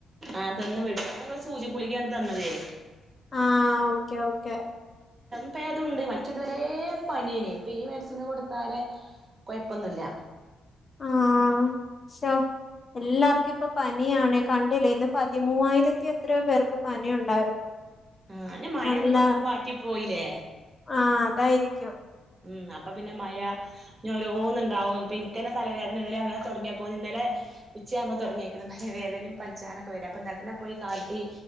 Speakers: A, on the right; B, on the left.
A: ആ തന്നന്ന് വിട്ട ങ്ങൾ സൂചി കുളിക്ക തന്നതേ
B: ആ ഓക്കെ ഓക്കെ
A: ഇപ്പേതുണ്ട് മറ്റതുവരെ പനിയേന് ഇപ്പൊ ഈ മെഡിസിന് കൊടുത്താല കുഴപ്പൊന്നുമില്ല
B: ആ ശ എല്ലാർക്കും ഇപ്പൊ പനിയാണ് കണ്ടില്ലേ ഇന്ന് പതിമൂവായിരത്തി എത്രയോ പേർക്ക് പനി ഉണ്ടായിരുന്നു
A: ആ മഴ
B: നല്ല
A: അങ്ങോട്ട് ഒന്നി പാറ്റി പോയില്ലേ
B: ആ അതായിരിക്കും
A: ഉം അപ്പൊ പിന്നെ മഴ ഓരോന്നുണ്ടാവും ഇപ്പൊ ഇനിക്കനെ തലവേദന ഇലങ്ങനെ തുടങ്ങിയപ്പോ ഇന്നലെ ഉച്ചയ ആകുമ്പോ തുടങ്ങിയിണം നല്ല വേദനയും പഞ്ചാനൊക്കെ വര അപ്പൊ നനെ പോയി കാട്ടി